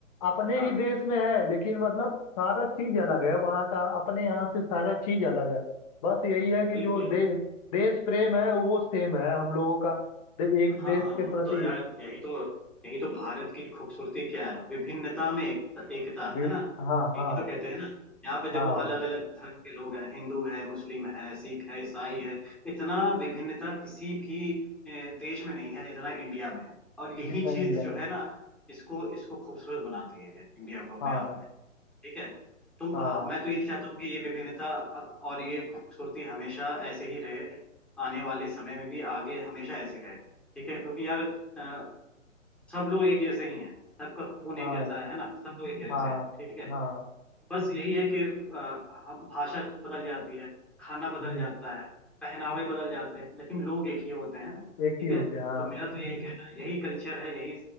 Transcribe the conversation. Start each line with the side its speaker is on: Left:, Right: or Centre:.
Left: अपने
Centre: हाँ
Left: ही देश में है लेकिन मतलब सारा चीज अलग है वहाँ का अपने यहाँ से सारा चीज अलग है बस यही है कि
Centre: बिल्कुल
Left: जो देश देश प्रेम है वो सेम है हम लोगों का दे, एक
Centre: हाँ
Left: देश
Centre: हाँ
Left: के
Centre: वो
Left: प्रति
Centre: तो यार यही तो यही तो भारत की खूबसूरती क्या है विभिन्नता में एक, एकता
Left: भी
Centre: है ना
Left: हाँ हाँ
Centre: यही तो कहते हैं ना यहाँ पे देखो
Left: हाँ
Centre: अलग अलग धर्म के लोग हैं हिंदू है मुस्लिम है सिख है ईसाई है इतना विभिन्नता किसी भी ए, देश में नहीं है जितना इंडिया में है और यही
Left: जितना
Centre: चीज
Left: इंडिया
Centre: जो
Left: में
Centre: है ना इसको इसको खूबसूरत बनाती है इंडिया को अपने
Left: हाँ
Centre: आप में ठीक है तुम
Left: हाँ
Centre: आ, मैं तो ये चाहता हूँ कि ये विभिन्नता अ, और ये खूबसूरती हमेशा ऐसे ही रहे आने वाले समय में भी आगे हमेशा ऐसे रहे ठीक है क्योंकि यार अ, सब लोग एक जैसे ही हैं सबका खून
Left: हाँ
Centre: एक जैसा है है ना सब लोग एक जैसे
Left: हाँ
Centre: हैं ठीक है
Left: हाँ
Centre: बस यही है कि अ, हम- भाषा बदल जाती है खाना बदल
Left: हम्म,
Centre: जाता है पहनावे बदल जाते हैं लेकिन लोग एक ही होते हैं ठीक
Left: एक ही होते
Centre: है
Left: हैं हाँ
Centre: तो मेरा तो यही कहना है यही कल्चर है यही